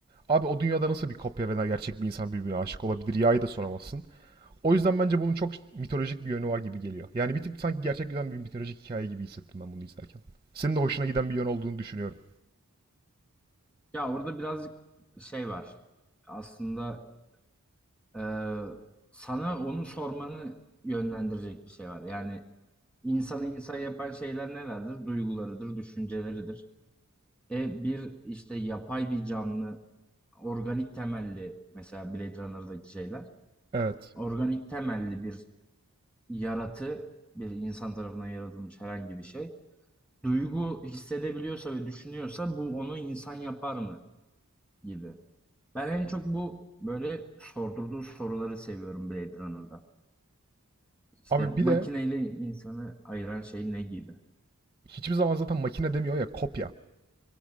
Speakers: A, on the right (about 25°); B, in the centre.
A: abi o dünyada nasıl bir kopya veya gerçek bir insan birbirine aşık olabilir? Ya'yı da soramazsın. O yüzden bence bunun çok mitolojik bir yönü var gibi geliyor. Yani bir tık sanki gerçek giden bir mitolojik hikaye gibi hissettim ben bunu izlerken. Senin de hoşuna giden bir yön olduğunu düşünüyorum.
B: Ya orada birazcık şey var. Aslında e, sana onu sormanı yönlendirecek bir şey var. Yani insanı insan yapan şeyler nelerdir? Duygularıdır, düşünceleridir. E bir işte yapay bir canlı, organik temelli mesela Blade Runner'daki şeyler.
A: Evet.
B: Organik temelli bir yaratı, bir insan tarafından yaratılmış herhangi bir şey. Duygu hissedebiliyorsa ve düşünüyorsa bu onu insan yapar mı gibi. Ben en çok bu böyle sordurduğu soruları seviyorum Blade Runner'da. İşte
A: Abi bir
B: makineyle
A: de
B: insanı ayıran şey ne gibi?
A: hiçbir zaman zaten makine demiyor ya kopya.